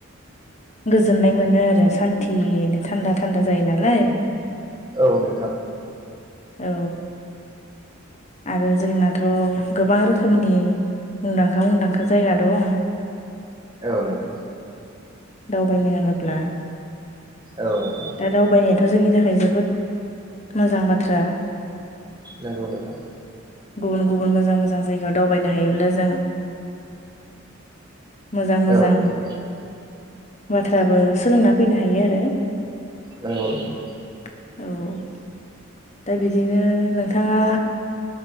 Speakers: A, on the left; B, on the right.
A: गोजोननाय मोनो आरो सान्थियैनो थान्दा थान्दा जायो नालाय।
B: औ नोंथां
A: औ आरो जोंनाथ' गोबां रोखोमनि मुंदांखा मुंदांखा जायगा दं।
B: औ नोंथां
A: दावबायनो होनोब्ला
B: औ नोंथां
A: दा दावबायनायाथ' जोंनि थाखाय जोबोद मोजां बाथ्रा
B: नोंगौ नोंथां
A: गुबुन गुबुन मोजां मोजां जायगायाव दावबायनो हायोब्ला जों मोजां
B: औ
A: मोजां
B: नोंथां
A: बाथ्राबो सोलोंना फैनो हायो आरो
B: नोंगौ नोंथां
A: औ दा बिदिनो नोंथाङा